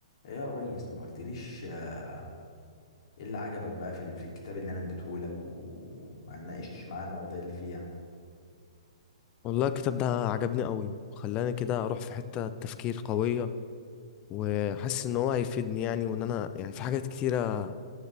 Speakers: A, on the left; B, on the left.
A: إيه يا ريس ما قلتليش آه، ايه اللي عجبك بقى في ال- في الكتاب اللي انا اديتهولك وما ناقشتش معاه المواضيع اللي فيه يعني
B: والله الكتاب ده عجبني قوي خلاني كده اروح في حتة تفكير قوية وحاسس ان هو هيفيدني يعني وان انا يعني في حاجات كتيرة